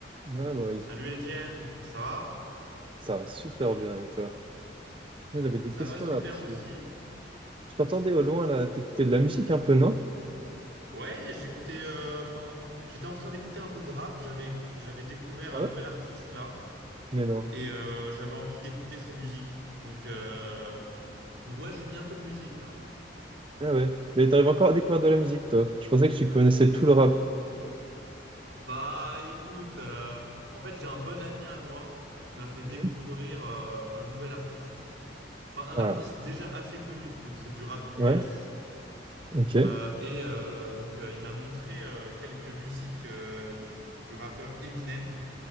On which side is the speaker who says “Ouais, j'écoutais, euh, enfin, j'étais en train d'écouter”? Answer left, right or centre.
Right